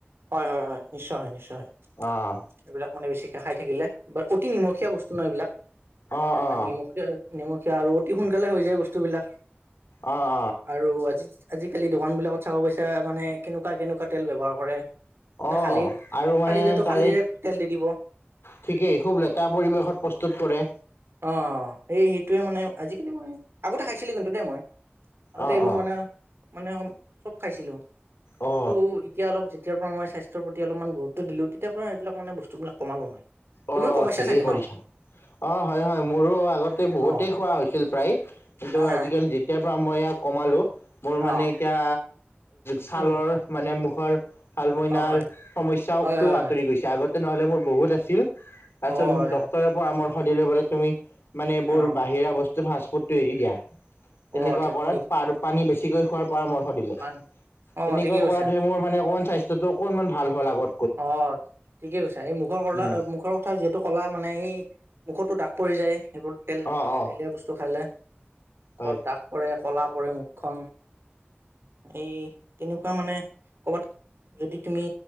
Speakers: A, on the right; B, on the left.
A: হয় হয় হয় নিশ্চয় হয় নিশ্চয় হয়
B: আহঁ
A: এইবিলাক মানে <unintelligible> খাই থাকিলে ব অতি নিমখীয়া বস্তু নহয় এইবিলাক
B: অ
A: ম
B: অ
A: নিমখীয়া নিমখীয়া আৰু অতি সোনকালে হৈ যায় বস্তুবিলাক
B: অ অ
A: আৰু আজি আজিকালি দোকান বিলাকত চাব পইচা মানে কেনেকুৱা কেনেকুৱা তেল ব্যৱহাৰ কৰে মানে
B: অ
A: কালি
B: আৰু মানে
A: পাৰিলেতো
B: তাৰে
A: কালিৰে তেল দি দিব উম
B: ঠিকেই খুব লেতেৰা পৰিৱেশত প্ৰস্তুত কৰে
A: অ সেই সেইটোৱে মানে আজি খ মই আগতে খাইছিলো কিন্তু দেই মই আগতে
B: অ
A: এইবোৰ
B: অ
A: মানে মানে স চব খাইছিলো
B: অ
A: কিন্তু এতিয়া অলপ তেতিয়াৰ পৰা মই স্বাস্থ্যৰ প্ৰতি অলপ গুৰুত্ব দিলোঁ তেতিয়াৰ পৰা এইবিলাক মানে বস্তুবিলক কমালো মই তুমিও
B: অ
A: কমাইছা
B: ঠিকেই
A: চাগে
B: কৰিছা
A: ন
B: অ হয় হয় মোৰো আগতে বহুতেই
A: অ
B: খোৱা হৈছিল প্ৰায় কিন্তু
A: হয় হয়
B: আজিকালি যেতিয়া তাৰ পৰা মই ইয়াক কমালোঁ মোৰ মানে
A: অ
B: এতিয়া ছালৰ
A: উম
B: মানে মুখ ঘ হালমইনাৰ
A: অ হয়
B: সমস্যা
A: হয়
B: টো
A: হয় হয়
B: আঁতৰি গৈছে আগতকৈও তেনেহ'লে মোৰ বহুত আছিল তাৰপিছত
A: অ
B: মোক
A: হয় হয়
B: ডক্তৰ ৰে পৰামৰ্শ অঁ' সদাই ৰ পৰা তুমি মানে এইবোৰ
A: অ
B: বাহিৰা বস্তু ফাষ্টপৰ্টটো এৰি দিয়া তেনেকুৱা
A: অ ঠিক
B: কৰাত
A: ঠিক
B: আৰু পানী বেছি ঠিক হৈ খোৱাৰ পৰামৰ্শ দিলে
A: মানে অ
B: তেনেকুৱা
A: ঠিকেই কৈছা
B: কৰাটোহে মোৰ মানে অকমান স্বাস্থ্য টো অকনমান ভাল হল আগত
A: অঁ' ঠিকে কৈছা এই মুখৰ কলা
B: উম,
A: মুখৰ কথা যিহেতু ক'লা মানে সেই মুখতো দাগ পৰি যায় সেইবোৰ তেল
B: অ' অ'
A: তেলীয়া বস্তু খালে মুখত
B: হয়
A: দাগ পৰে কলা পৰে মুখখন এই তেনেকুৱা মানে কৰ'বাত যদি তুমি